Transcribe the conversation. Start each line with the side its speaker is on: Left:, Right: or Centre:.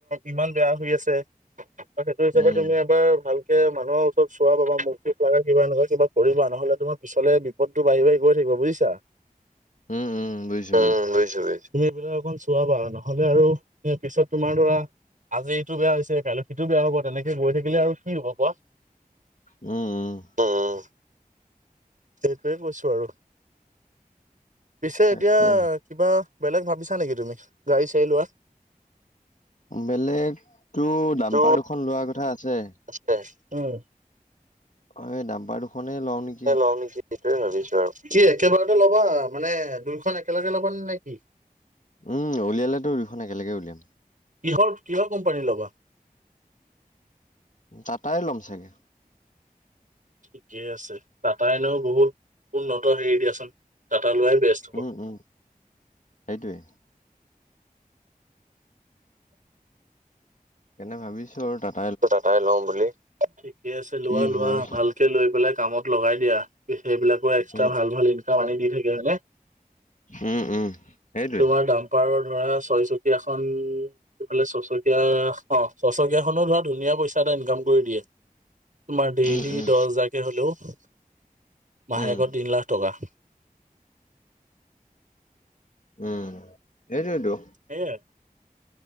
Right: ইমান বেয়া হৈ আছে। অ, সেইটো হিচাপে
Left: উম।
Right: তুমি এবাৰ ভালকে মানুহৰ ওচৰত চোৱা বাবা মুখ সুখ লাগা কিবা এনেকুৱা কিবা কৰিবা নহ'লে তোমাৰ পিছলে বিপদটো বাঢ়ি-বাঢ়ি গৈ থাকিব বুজিছা?
Left: উম, উম, বুজিছো
Right: উম বুজিছো বুজিছো, তুমি এইবিলাক অকন চোৱাবা। নহলে আৰু পিছত তোমাৰ ধৰা আজি টো বেয়া হৈছে কাইলৈ সিটো বেয়া হ'ব তেনেকে গৈ থাকিলে আৰু কি হ'ব কোৱা?
Left: উম উম।
Right: উ উ। সেইটোৱে কৈছো আৰু, পিছে
Left: তাকে
Right: এতিয়া কিবা বেলেগ ভাবিছা নেকি তুমি গাড়ী চাড়ী লোৱা?
Left: বেলেগ টো দাম্পাৰ
Right: টো
Left: দুখন লোৱাৰ কথা আছে।
Right: আছে উম।
Left: অ এই দাম্পাৰ দুখনে লও নেক-
Right: লওঁ নেকি সেইটোয়ে ভাবিছো আৰু। কি একেবাৰতে ল'বা মানে দুইখন একেলগে ল'বা নে নে কি?
Left: উম উলিয়ালেতো দুখন একেলগে উলিয়াম।
Right: কিহৰ কিহৰ কোম্পানী ল'বা?
Left: টাটাই ল'ম চাগে।
Right: ঠিকে আছে টাটাই ন বহুত উন্নত হেৰি দিয়াচোন টাটা লোৱাই বেষ্ট। হ'ব।
Left: উম উম সেইটোৱে। কেনে ভাবিছো আৰু তাত
Right: টাটাই লম বুলি, ঠিকে আছে
Left: কি
Right: লোৱা লোৱা
Left: হয়
Right: ভাল লৈ পেলাই কামত লগাই দিয়া, সেইবিলাকৰ এক্সট্ৰা
Left: উম
Right: ভাল ভাল ইনকাম আনি দি থাকে হয়নে?
Left: উম উম। সেইটোৱে
Right: তোমাৰ ডাম্পাৰৰ ধৰা ছয় চকীয়াখন এইফালে চচকীয়া অ চচকীয়াখনো ধৰা ধুনীয়া পইচা এটা ইনকাম কৰি দিয়ে। তোমাৰ ডেইলি
Left: উম
Right: দহ হাজাৰকে হলেও মাহেকত
Left: উম
Right: তিনি লাখ টকা।
Left: উম এইটোৱে ত।
Right: সেয়া।